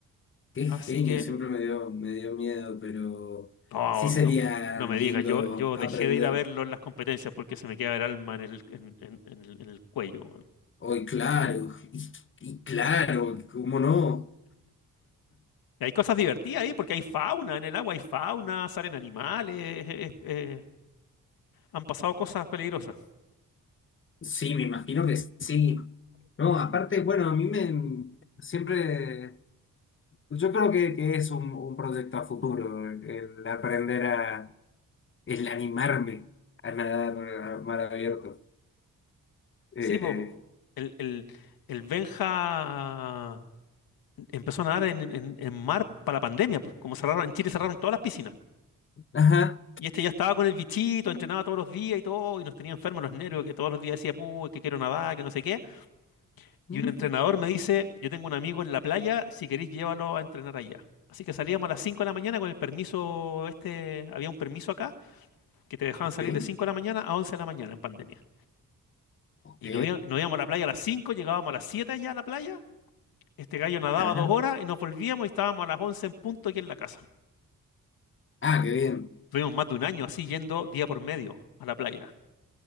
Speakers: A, on the left; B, on the left.
A: qué
B: Así
A: genio.
B: que,
A: Siempre me dio, me dio miedo, pero
B: oh,
A: sí sería
B: no, no
A: lindo
B: me digas. Yo, yo
A: aprender
B: dejé de ir a verlo en las competencias porque se me queda el alma en el, en, en- en el, en el cuello. weón.
A: hoy, claro, y, y claro, ¿cómo no?
B: Y hay cosas divertidas ahí porque hay fauna en el agua, hay fauna, salen animales. es- es- han pasado cosas peligrosas.
A: Sí, me imagino que sí. No, aparte,
B: Sí.
A: bueno, a mí me siempre, yo creo que, que es un, un proyecto a futuro, el aprender a el animarme a nadar a mar abierto. Eh,
B: Sí, po.
A: eh,
B: El, el, el Benja. empezó a nadar en, en- en mar para la pandemia, pues, como cerraron, en Chile cerraron todas las piscinas.
A: ajá.
B: Y este ya estaba con el bichito,
A: <laughs>
B: entrenaba todos los días y todo, y nos tenía enfermos los nervios, que todos los días decía, puh, que quiero nadar, que no sé qué. Y
A: Mm,
B: un entrenador me dice, yo tengo un amigo en la playa, si queréis llévalo a entrenar allá. Así que salíamos a las 5 de la mañana con el permiso, este, había un permiso acá, que te dejaban
A: Ok,
B: salir de 5 de la mañana a 11 de la mañana en pandemia.
A: ok.
B: Y nos, íbamos- nos íbamos a la playa a las 5 llegábamos a las 7 allá a la playa, este gallo
A: Ajá.
B: nadaba dos horas y nos volvíamos y estábamos a las 11 en punto aquí en la casa.
A: Ah, qué bien.
B: Tuvimos más de un año así yendo día por medio a la playa.